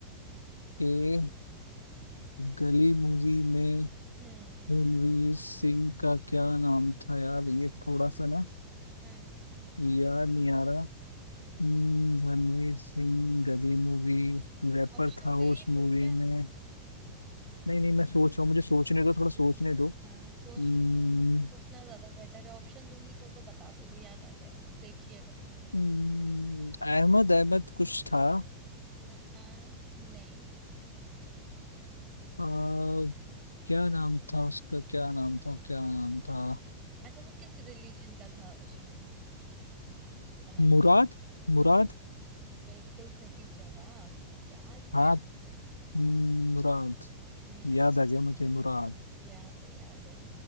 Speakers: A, on the left; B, on the right.
A: ए गली मूवी में
B: हम्म
A: रणवीर सिंह का क्या नाम था यार ये थोड़ा सा ना
B: हाँ
A: याद नहीं आ रहा हम्म, रणवीर सिंह गली मूवी रैपर
B: ऑप्शन
A: था वो
B: दे
A: उस
B: ही
A: मूवी
B: दूं क्या
A: में नहीं नहीं मैं सोच रहा हूँ मुझे सोचने दो थोड़ा सोचने दो
B: हाँ सोच
A: हम्म,
B: लो सोचना ज्यादा बेटर है ऑप्शन दूंगी तो तो बता दोगे याद आ जाएगा देखी अगर मूवी तो
A: हम्म, अहमद अहमद कुछ था
B: हाँ हाँ, नहीं
A: आ, क्या नाम था उसका क्या नाम था क्या नाम था
B: अच्छा वो किस रिलीजन का था उसमें बना था
A: मुराद मुराद
B: बिल्कुल सही जवाब याद
A: हाँ
B: है मतलब
A: हम्म, मुराद
B: हम्म
A: याद आ गया मुझे मुराद
B: याद है याद है